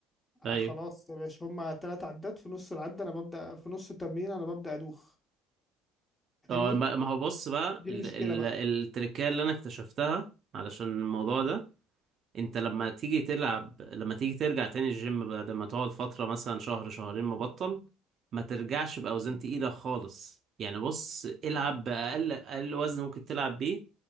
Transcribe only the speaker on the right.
ايوه
اه
ما ما هو بص بقى
ال
ال
التركية اللي انا اكتشفتها علشان الموضوع ده انت لما تيجي تلعب لما تيجي ترجع تاني الجيم بعد ما تقعد فترة مثلا شهر شهرين مبطل ما ترجعش بأوزان تقيلة خالص يعني بص العب بأقل أقل وزن ممكن تلعب بيه